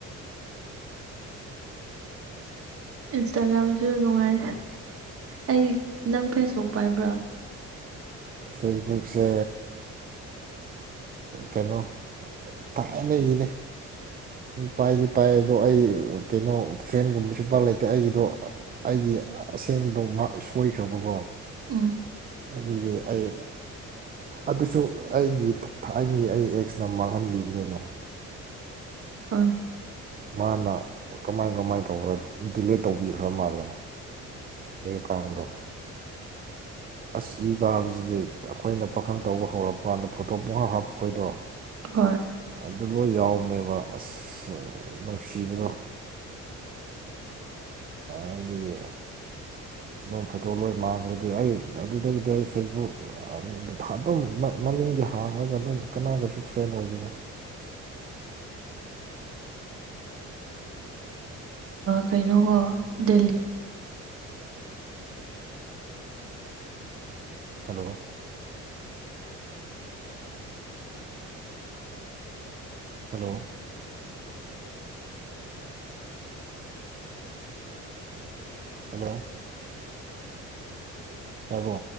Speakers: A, on the right (about 50°); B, on the right (about 30°).
A: ꯏꯟꯁꯇꯥꯒ꯭ꯔꯥꯝꯁꯨ ꯅꯨꯡꯉꯥꯏ ꯑꯩ ꯅꯪ ꯐꯦꯁꯕꯨꯛ ꯄꯥꯏꯕ꯭ꯔꯥ
B: ꯐꯦꯁꯕꯨꯛꯁ ꯀꯩꯅꯣ ꯇꯥꯏꯅ ꯏꯅꯦ ꯄꯥꯏꯗꯤ ꯄꯥꯏ ꯑꯗꯣ ꯑꯩ ꯀꯩꯅꯣ ꯐ꯭ꯔꯦꯟꯒꯨꯝꯕꯁꯨ ꯏꯄꯥ ꯂꯩꯇꯦ ꯑꯩꯒꯤꯗꯣ ꯑꯩꯒꯤ ꯑꯁꯦꯡꯕꯗꯣ ꯁꯣꯏꯈ꯭ꯔꯕꯀꯣ
A: ꯎꯝ
B: ꯑꯗꯨꯗꯒꯤ ꯑꯩ ꯑꯗꯨꯁꯨ ꯑꯩꯒꯤ ꯊꯥꯏꯒꯤ ꯑꯩ ꯑꯦꯛꯁꯅ ꯃꯥꯡꯍꯟꯕꯤꯕꯅꯤꯅꯦ
A: ꯍꯣꯏ
B: ꯃꯥꯅ ꯀꯃꯥꯏ ꯀꯃꯥꯏ ꯇꯧꯈ꯭ꯔ ꯗꯤꯂꯦ ꯇꯧꯕꯤꯈ꯭ꯔ ꯃꯥꯜꯂꯦ ꯑꯩ ꯑꯦꯀꯥꯎꯟꯗ ꯑꯁ ꯏ ꯀꯥꯕꯁꯤꯗꯤ ꯑꯩꯈꯣꯏꯅ ꯄꯥꯈꯪ ꯇꯧꯕ ꯍꯧꯔꯛꯄ ꯀꯥꯟꯗ ꯐꯣꯇꯣ ꯄꯨꯡ ꯍꯥꯞ ꯍꯥꯞꯄ ꯈꯣꯏꯗꯣ
A: ꯍꯣꯏ
B: ꯑꯗꯨ ꯂꯣꯏ ꯌꯥꯎꯕꯅꯦꯕ ꯑꯁ ꯅꯨꯡꯁꯤꯕꯗꯣ ꯑꯩꯗꯒꯤ ꯑꯗꯨꯝ ꯐꯣꯇꯣ ꯂꯣꯏ ꯃꯥꯡꯈ꯭ꯔꯦꯗꯤ ꯑꯩ ꯑꯗꯨꯗꯒꯤꯗꯤ ꯑꯩ ꯐꯦꯁꯕꯨꯛ ꯑꯗꯨꯝ ꯃꯃꯤꯡꯒꯤ ꯍꯥꯡꯉꯒ ꯑꯗꯨꯝ ꯀꯅꯥꯒꯁꯨ ꯐ꯭ꯔꯦꯟ ꯑꯣꯏꯗꯣꯏꯅ
A: ꯀꯩꯅꯣꯀꯣ ꯗꯦꯜꯂꯤ
B: ꯍꯜꯂꯣ ꯍꯜꯂꯣ ꯍꯜꯂꯣ ꯇꯔꯣ